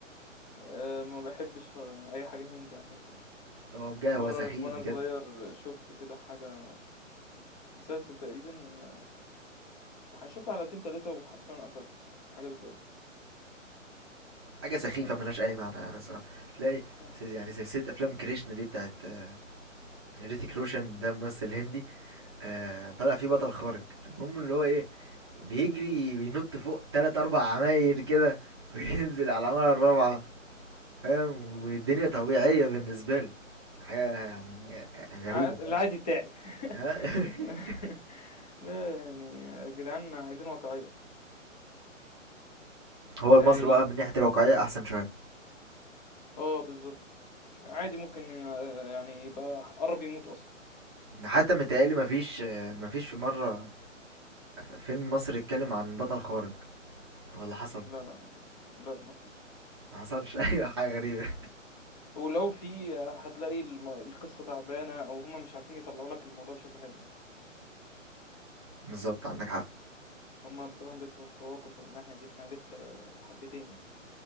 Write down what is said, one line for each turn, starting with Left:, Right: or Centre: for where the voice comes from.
Left: آآ ما باحبّش خ أي حاجة هندي عامةً يعني.
Right: هو بجد هو
Left: مرّة
Right: سخيف
Left: وأنا
Right: بجد
Left: صغير شُفت كده حاجة مسلسل تقريبًا آه، شُفت حلقتين 3 وحرفيًا قفلت، يعني، حاجة زبالة.
Right: حاجه سخيفه
Left: آه،
Right: ملهاش اي معنى يعني صراحه تلاقي
Left: آه.
Right: سلس- يعني سلسله افلام كريشنا دي بتاعت آه، ريتيك روشن ده ممثل هندي آه طلع فيه بطل خارق المهم اللي هو ايه بيجري وينط فوق تلات اربع عماير كده وينزل على العمارة الرابعة فاهم والدنيا طبيعية بالنسبة له حاجة يعني غريبة
Left: عاد العادي
Right: خالص
Left: بتاعي.
Right: ها؟
Left: <laughs>
Right: <laughs>
Left: لا يعني يا جدعان عايزين واقعية.
Right: هو المصري
Left: آآ
Right: بقى
Left: ي
Right: من ناحية الواقعية أحسن شوية
Left: آه بالضبط. عادي ممكن آآ يعني يبقى ح قرّب يموت أصلًا.
Right: حتى متهيألي مفيش آه، مفيش في مرة فيلم مصري اتكلم عن بطل خارق ولا حصل
Left: لا، لأ ما فيش.
Right: ما حصلش <laughs> أيوة حاجة غريبة
Left: ولو في هتلاقي الم القصة تعبانة أو هُم مش عارفين يطلّعوا لك الموضوع بشكل حلو يعني،
Right: بالظبط عندك حق
Left: هُم بصراحة بيتفوّقوا في الناحية دي، إحنا لسه حبّتين يعني،